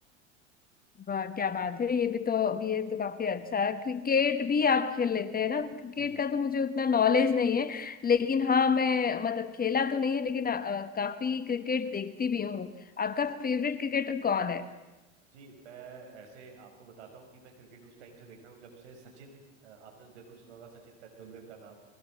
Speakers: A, on the left (about 25°); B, on the right (about 75°).
A: वाह क्या बात है ये भी तो ये तो काफी अच्छा है क्रिकेट भी आप खेल लेते हैं ना क्रिकेट
B: जी
A: का
B: जी
A: तो मुझे उतना नॉलेज नहीं है लेकिन हाँ मैं मतलब खेला तो नहीं है लेकिन अ, अ, काफी क्रिकेट देखती भी हूँ आपका फेवरेट क्रिकेटर कौन है
B: जी मैं ऐसे आपको बताता हूँ कि मैं क्रिकेट उस टाइम से देख रहा हूँ जब से सचिन अ, आपने जरूर सुना होगा सचिन तेंदुलकर का नाम